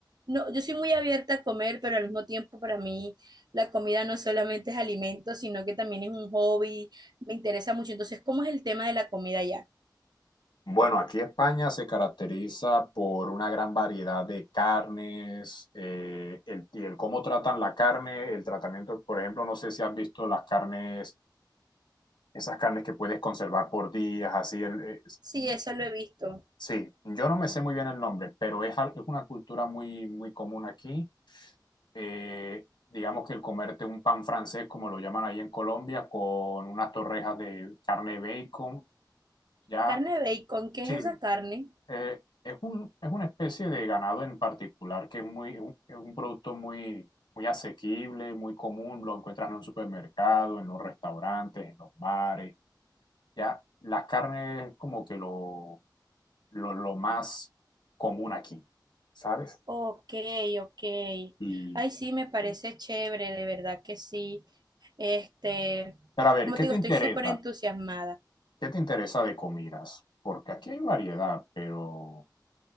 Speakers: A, on the right (about 65°); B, on the left (about 80°).
A: no, yo soy muy abierta a comer, pero al mismo tiempo para mí la comida no solamente es alimento, sino que también es un hobby, me interesa mucho. Entonces, ¿cómo es el tema de la comida ya?
B: Bueno, aquí España se caracteriza por una gran variedad de carnes eh, el, y el cómo tratan la carne, el tratamiento, por ejemplo, no sé si has visto las carnes, esas carnes que puedes conservar por días, así, el,
A: Sí, eso lo he visto.
B: Sí, yo no me sé muy bien el nombre, pero es, al- es una cultura muy, muy común aquí. Eh, digamos que el comerte un pan francés, como lo llaman ahí en Colombia, con unas torrejas de carne de bacon, ya,
A: Carne bacon, ¿qué
B: sí,
A: es esa carne?
B: eh, es un, es una especie de ganado en particular que es muy, es un, es un producto muy, muy asequible, muy común, lo encuentras en un supermercado, en los restaurantes, en los bares, ya. Las carnes es como que lo, lo, lo más común aquí. ¿Sabes?
A: Ok, ok.
B: Y,
A: Ay, sí, me parece
B: Sí.
A: chévere, de verdad que sí. Este,
B: pero a ver,
A: como
B: ¿qué
A: te
B: te
A: digo,
B: interesa?
A: estoy súper entusiasmada.
B: ¿Qué te interesa de comidas? Porque aquí hay variedad, pero